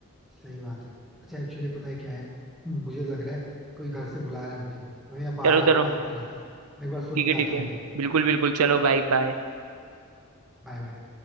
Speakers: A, in the centre; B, on the right.
A: सही बात है अच्छा एक्चुअली पता है क्या है मुझे लग रहा है कोई घर से बुला रहा है मुझे तो मैं यहाँ बाहर
B: चलो
A: आके
B: चलो
A: बात कर रहा था एक बार सुन
B: ठीक
A: के
B: है
A: आता
B: ठीक है
A: हूँ भाई
B: बिल्कुल बिल्कुल चलो बाय बाय
A: Bye bye